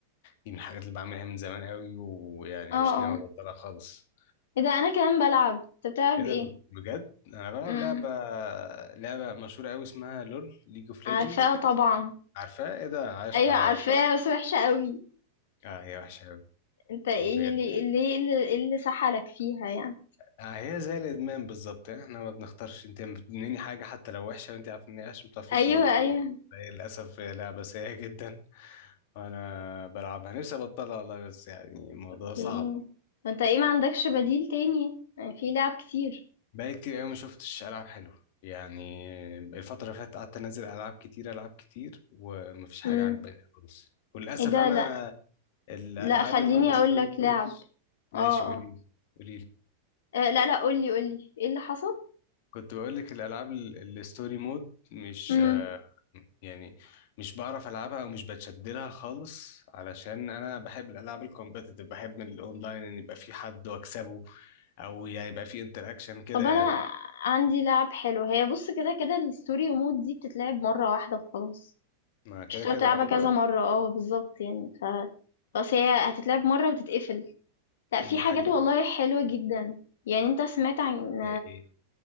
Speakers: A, on the left; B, on the left.
A: دي من الحاجات اللي بعملها من زمان قوي ويعني
B: اه
A: مش
B: اه
A: ناوي أبطلها خالص
B: ايه ده انا كمان بلعب انت بتلعب
A: إيه ده
B: ايه
A: بجد أنا
B: م.
A: بلعب لعبة لعبة مشهورة قوي اسمها لول ليج اوف
B: عارفاها
A: ليجندز
B: طبعا
A: عارفاها إيه ده عايش
B: ايوه
A: والله
B: عارفاها بس وحشة قوي
A: اه هي وحشة
B: انت ايه
A: بجد
B: اللي اللي ايه اللي إيه اللي سحلك فيها يعني
A: آه، هي زي الادمان بالظبط يعني احنا ما بنختارش انت بتدمني حاجه حتى لو وحشه وانت عارف ان هي وحشه ما بتعرفيش
B: ايوه
A: تبطليها
B: ايوه
A: فهي للاسف هي لعبه سيئه جدا وانا بلعبها نفسي ابطلها والله بس يعني الموضوع
B: اوكي
A: صعب
B: انت ايه ما عندكش بديل تاني يعني في لعب كتير
A: بقالي كتير قوي ما شفتش العاب حلوه يعني الفتره اللي فاتت قعدت انزل العاب كتير العاب كتير ومفيش حاجه
B: امم
A: عجباني خالص وللاسف
B: ايه ده
A: انا
B: لا
A: الالعاب
B: لا خليني
A: الستوري
B: اقول لك
A: مودز
B: لعب
A: ماشي
B: اه
A: قولي
B: اه
A: لي قولي لي
B: آه، لا لا قولي قولي ايه اللي حصل
A: كنت بقول لك الالعاب ال- الستوري مود مش
B: امم
A: آه، يعني مش بعرف العبها او مش بتشد لها خالص علشان انا بحب الالعاب الكومبتيتيف بحب من الاونلاين ان يبقى في حد واكسبه او يعني يبقى في انتراكشن كده
B: طب
A: يعني
B: انا عندي لعب حلو هي بص كده كده الستوري مود دي بتتلعب مرة واحدة وخلاص
A: ما كده
B: مش هتقعد
A: كده
B: تلعبها
A: آه.
B: كذا مرة اه بالظبط يعني ف... بس هي هتتلعب مرة وتتقفل لا في
A: دي
B: حاجات
A: حقيقة
B: والله حلوة جدا يعني انت سمعت عن
A: زي ايه